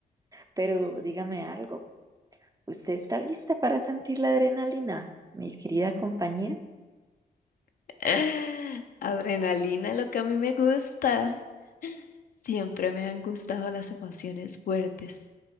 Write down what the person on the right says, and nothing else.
pero dígame algo. ¿Usted está lista para sentir la adrenalina, mi querida compañera?